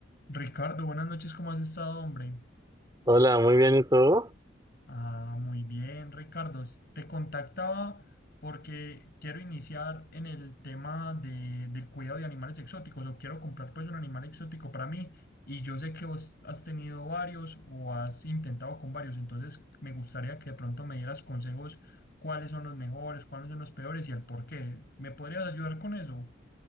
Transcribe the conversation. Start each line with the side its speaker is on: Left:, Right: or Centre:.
Left: Ricardo, buenas noches, ¿cómo has estado, hombre?
Right: Hola, muy bien, ¿y tú?
Left: Ah, muy bien, Ricardo. S- Te contactaba porque quiero iniciar en el tema de, del cuidado de animales exóticos o quiero comprar pues un animal exótico para mí y yo sé que vos has tenido varios o has intentado con varios, entonces me gustaría que de pronto me dieras consejos cuáles son los mejores, cuáles son los peores y el por qué. ¿Me podrías ayudar con eso?